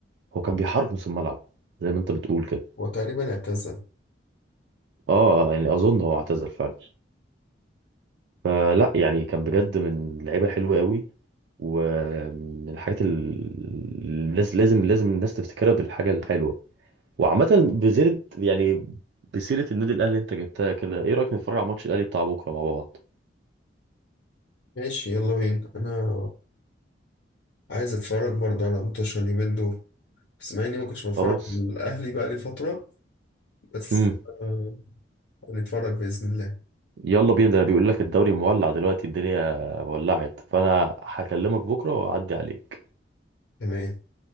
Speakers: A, on the right; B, on the left.
A: هو كان بيحرك نص الملعب زي ما انت بتقول كده
B: هو تقريبا اعتزل
A: اه يعني اظن هو اعتزل فعلا فلا يعني كان بجد من اللعيبه الحلوه قوي ومن الحاجات اللي لازم لازم الناس تفتكرها بالحاجة الحلوة وعامة بزيرة يعني بسيرة النادي الأهلي أنت جبتها كده إيه رأيك نتفرج على ماتش الأهلي بتاع بكرة مع بعض
B: ماشي يلا بينا انا عايز اتفرج برضه على متوشة اليومين دول بس مع اني ما كنتش بتفرج
A: خلاص
B: على الاهلي بقى لي فتره بس
A: امم
B: آه هنتفرج باذن الله
A: يلا بينا ده بيقول لك الدوري مولع دلوقتي الدنيا ولعت فأنا هكلمك بكرة وأعدي عليك
B: تمام